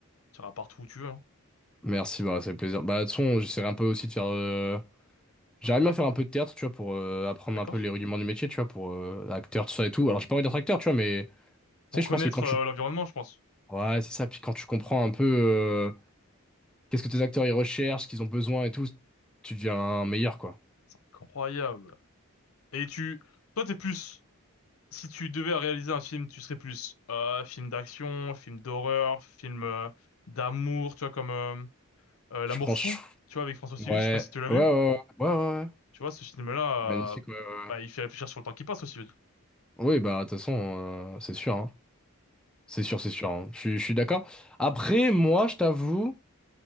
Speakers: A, on the left; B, in the centre.
A: t'iras partout où tu veux. hein.
B: Merci, bah, c'est plaisir. Bah, de toute façon, j'essaierai un peu aussi de faire. euh, J'aimerais bien faire un peu de théâtre, tu vois, pour euh, apprendre
A: D'accord?
B: un peu les rudiments du métier, tu vois, pour euh, acteur, tout ça et tout. Alors, j'ai pas envie d'être acteur, tu vois, mais tu
A: Pour
B: sais,
A: connaître
B: je pense que quand
A: euh,
B: tu.
A: l'environnement, je pense.
B: Ouais, c'est ça. Puis quand tu comprends un peu euh, qu'est-ce que tes acteurs ils recherchent, ce qu'ils ont besoin et tout, tu deviens meilleur, quoi.
A: C'est incroyable. Et tu, toi, t'es plus. Si tu devais réaliser un film, tu serais plus euh, film d'action, film d'horreur, film euh, d'amour. Tu vois comme euh, euh,
B: Je
A: L'amour
B: prends.
A: fou.
B: je-
A: Tu vois avec François Civil.
B: Ouais,
A: Je sais pas si tu l'as
B: ouais,
A: vu.
B: ouais, ouais, ouais, ouais. ouais.
A: Tu vois ce film-là,
B: Magnifique,
A: euh,
B: ouais, ouais.
A: bah,
B: ouais.
A: il fait réfléchir sur le temps qui passe aussi.
B: Oui, bah, de toute façon, euh, c'est sûr, hein. C'est sûr, c'est sûr, hein. Je suis je suis d'accord. Après, moi, je t'avoue,